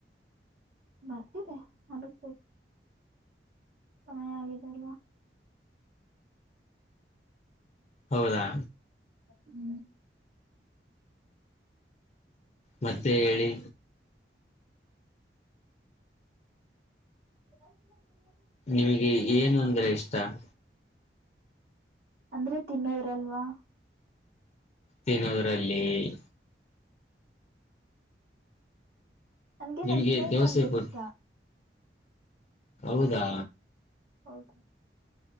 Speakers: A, on the right; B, on the left.
A: ಬರ್ತಿದೆ ಅನಸತ ಸಮಯ ಆಗಿದೆ ಅಲ್ವಾ
B: ಹೌದಾ
A: ಹೂ
B: ಮತ್ತ ಮತ್ತೆ ಹೇಳಿ
A: ಎಲ್ ಹೋದೆ
B: ನಿಮಗೆ ಏನು ಅಂದ್ರೆ ಇಷ್ಟ ಹ
A: ಅಂದ್ರೆ ತಿನ್ನೋದ್ರಲ್ವಾ
B: ತಿನ್ನೋದ್ರಲ್ಲಿ-
A: ನನ್ಗೆ
B: ನಿಮ್ಗೆ
A: ನನ್ ಸ್ನೇಹಿತ
B: ದೋಸೆ
A: ಅಂದ್ರೆ
B: ಕೊಟ್
A: ಇಷ್ಟ
B: ಹೌದಾ
A: ಹೌದು